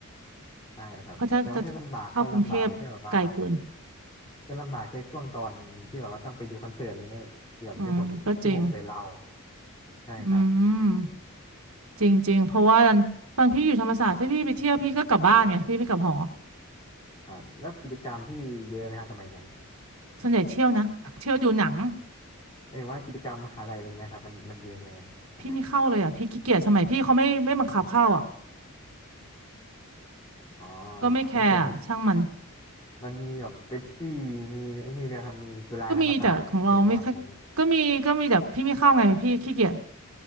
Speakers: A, on the left (about 20°); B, on the right (about 75°).
A: ใช่ครับแต่ว่าถ้าลำบากก็ลำบากไปแค่แบบว่า
B: เพราะถ้าถ้าเข้ากรุงเทพไกลเกิน
A: ก็ลำบากแค่ช่วงตอนที่แบบว่าต้องไปดูคอนเสิร์ตอะไรเงี้ยอย่างที่ผมที่ผมเคยเล่า
B: อืมก็จริง
A: ใช่ครับ
B: อืมจริงจริงเพราะว่าตอนตอนพี่อยู่ธรรมศาสตร์ถ้าพี่ไปเที่ยวพี่ก็กลับบ้านไงพี่ไม่กลับหอ
A: ครับแล้วกิจกรรมพี่เยอะไหมครับสมัยนั้น
B: ส่วนใหญ่เที่ยวนะ <laughs> เที่ยวดูหนัง
A: ไม่ว่ากิจกรรมมหาลัยอะไรเงี้ยครับมันมันเยอะไหมสมัยนั้น
B: พี่ไม่เข้าเลยอ่ะพี่ขี้เกียจสมัยพี่เขาไม่ไม่บังคับเข้าอ่ะ
A: อ๋อ
B: ก็ไม่แคร์อะช่างมัน
A: ของผมมันมันมีแบบเป็ดที่มีไอ้นี่เดียวครับมีจุฬาธรรมศาสตร์เตะบอลอะไรเงี้ย
B: ก็มีแต่ของเราไม่ค่อยก็มีก็มีแต่พี่ไม่เข้าไงพี่ขี้เกียจ